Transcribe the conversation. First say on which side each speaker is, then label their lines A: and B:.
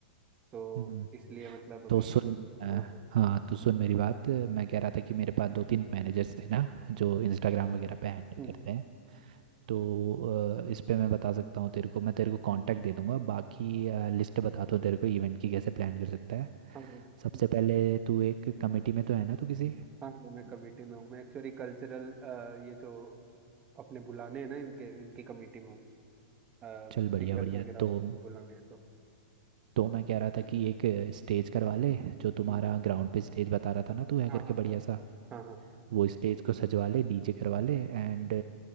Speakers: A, on the right (about 25°); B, on the right (about 55°).
A: तो
B: हम्म
A: इसलिए मतलब अभी
B: तो सुन अ,
A: हाँ बोल
B: हाँ तो सुन मेरी बात मैं कह रहा था कि मेरे पास दो तीन मैनेजर्स थे ना जो इंस्टाग्राम वगैरह पे हैंडल
A: हम्म,
B: करते हैं तो अ, इस पे मैं बता सकता हूँ तेरे को मैं तेरे को कांटेक्ट दे दूंगा बाकी लिस्ट बताता हूँ तेरे को इवेंट की कैसे प्लान कर सकता है
A: हाँ हाँ,
B: सबसे पहले तू एक कमेटी में तो है ना तू किसी
A: हाँ हाँ, मैं कमेटी में हूँ मैं एक्चुअली कल्चरल ये जो अपने बुलाने हैं ना इनके इनकी कमेटी में हूँ सिंगर्स
B: चल बढ़िया बढ़िया
A: वगैरह
B: तो
A: को भी बुलाने हैं तो
B: तो मैं कह रहा था कि एक स्टेज करवा ले जो तुम्हारा
A: हम्म,
B: ग्राउंड पे स्टेज बता रहा था ना तू है
A: हाँ
B: करके
A: हाँ
B: बढ़िया
A: हाँ
B: सा
A: हाँ हाँ
B: वो स्टेज को सजवा ले डीजे करवा ले एंड